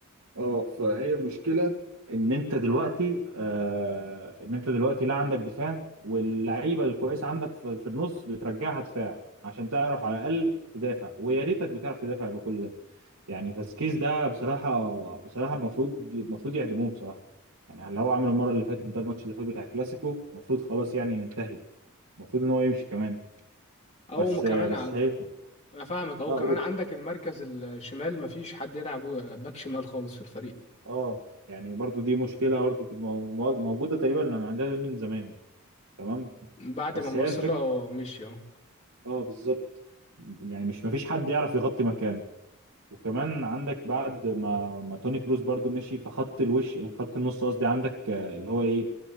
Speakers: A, on the right; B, on the left.
A: اه فهي المشكله ان انت دلوقتي آه ان انت دلوقتي لا عندك دفاع واللعيبه الكويسه عندك في, في النص بترجعها دفاع عشان تعرف على الاقل تدافع ويا ريتك بتعرف تدافع بكل ده يعني فاسكيز ده بصراحه بصراحه المفروض المفروض يعدموه بصراحه يعني اللي هو عمله المره اللي فاتت ده الماتش اللي فات بتاع الكلاسيكو المفروض خلاص يعني ينتهي المفروض ان هو يمشي كمان
B: او
A: بس
B: ما كمان
A: آه، بس
B: او
A: هي
B: انا فاهمك او
A: اه
B: كمان
A: قول
B: عندك المركز الشمال مفيش حد يلعب آه، باك شمال خالص في الفريق
A: اه يعني برضو دي مشكله برضو كانت مو- موجوده تقريبا عندنا من زمان تمام
B: بعد
A: بس
B: ما مارسيلو
A: هي الفكرة
B: مشي اهو
A: اه بالظبط يعني مش مفيش حد يعرف يغطي مكانه وكمان عندك بعد ما ما توني كروس برضو مشي فخط الوش خط النص قصدي عندك آه، اللي هو ايه